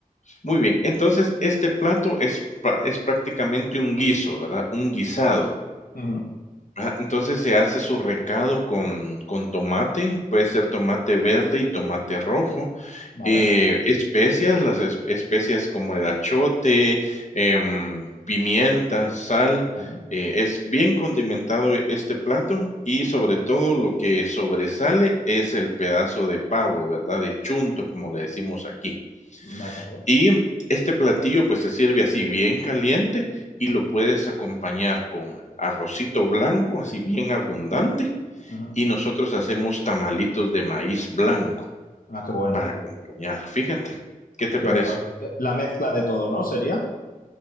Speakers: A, on the left (about 55°); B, on the left (about 75°).
A: Muy bien, entonces este plato es pra es prácticamente un guiso, ¿verdad? Un guisado.
B: Ujú,
A: Ajá, entonces se hace su recado con con tomate, puede ser tomate verde y tomate rojo,
B: Vale,
A: eh, especias, las es- especias como el achote, em, pimienta, sal.
B: vale.
A: eh, es bien condimentado e- este plato y sobre
B: Ajá.
A: todo lo que sobresale es el pedazo de pavo, ¿verdad? De chunto, como le decimos aquí.
B: De acuerdo.
A: Y este platillo pues se sirve así bien caliente y lo puedes acompañar con arrocito blanco, así bien abundante.
B: Ajá.
A: Y nosotros hacemos tamalitos de maíz blanco.
B: Ah, qué bueno.
A: Para acompañar, fíjate, ¿qué te
B: Que
A: parece?
B: bueno, la mezcla de todo, ¿no? Sería.